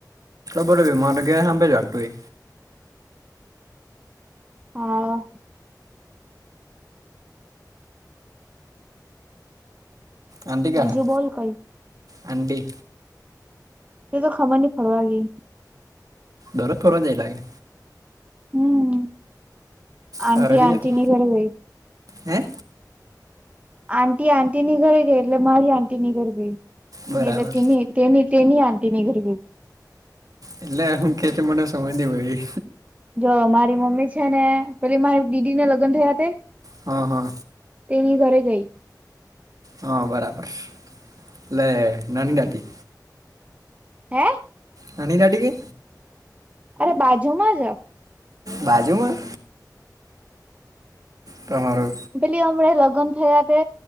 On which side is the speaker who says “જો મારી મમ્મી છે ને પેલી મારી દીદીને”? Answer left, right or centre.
Right